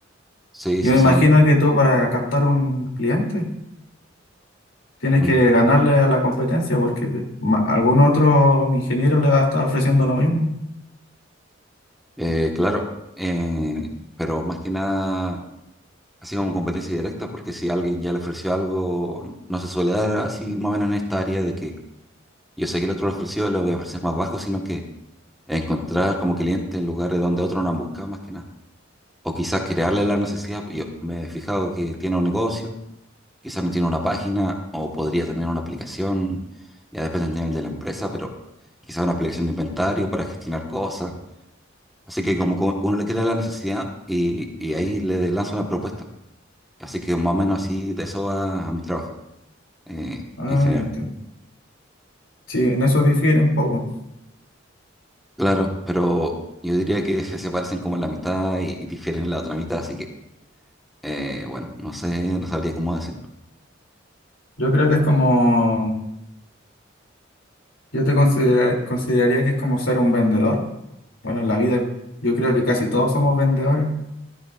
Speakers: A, in the centre; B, on the left.
A: Sí,
B: Yo
A: sí
B: me
A: son.
B: imagino que tú para captar un cliente tienes
A: mm.
B: que ganarle a la competencia porque de- ma- algún otro ingeniero le va a estar ofreciendo lo mismo.
A: Eh, claro, eh, pero más que nada, así como competencia directa, porque si alguien ya le ofreció algo, no se suele dar así más o menos en esta área de que yo sé que el otro le ofreció, le voy a ofrecer más bajo, sino que encontrar como clientes en lugares donde otros no han buscado más que nada. O quizás crearle la necesidad. Yo me he fijado que tiene un negocio, quizás no tiene una página o podría tener una aplicación, ya depende del nivel de la empresa, pero quizás una aplicación de inventario para gestionar cosas. Así que como que uno le crea la necesidad y, y ahí le lanza una propuesta. Así que más o menos así de eso va a mi trabajo eh,
B: Ah,
A: en general.
B: ya entiendo. Sí, en eso difiere un poco.
A: Claro, pero yo diría que <laughs> se se parecen como en la mitad y, y difieren en la otra mitad, así que Eh, bueno, no sé, no sabría cómo decirlo.
B: Yo creo que es como, yo te considera- consideraría que es como ser un vendedor. Bueno, en la vida yo creo que casi todos somos vendedores.